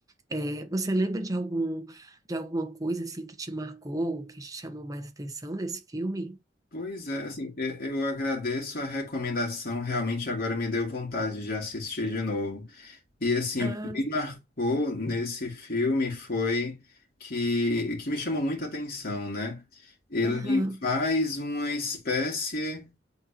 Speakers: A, on the right; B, on the left.
A: É, você lembra de algum, de alguma coisa assim que te marcou, que te chamou mais atenção nesse filme?
B: Pois é, assim, eu eu agradeço a recomendação, realmente agora me deu vontade de assistir de novo. E assim,
A: Ah,
B: o que me marcou nesse filme foi que, que me chamou muita atenção, né? Ele
A: aham,
B: faz uma espécie